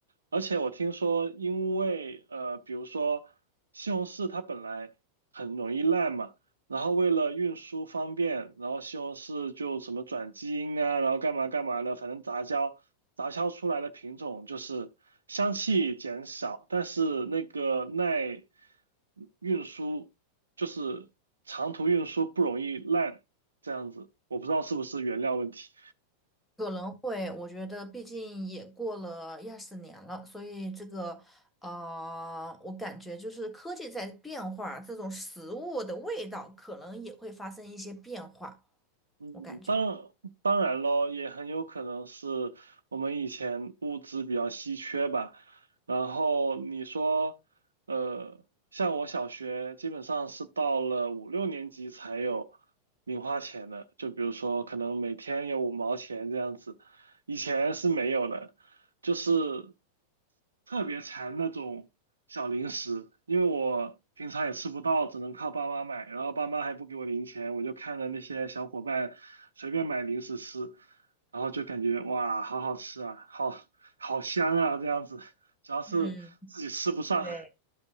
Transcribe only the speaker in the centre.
可能会，我觉得毕竟也过了一二十年了，所以这个，呃，我感觉就是科技在变化，这种食物的味道可能也会发生一些变化，
我感觉。
嗯，对，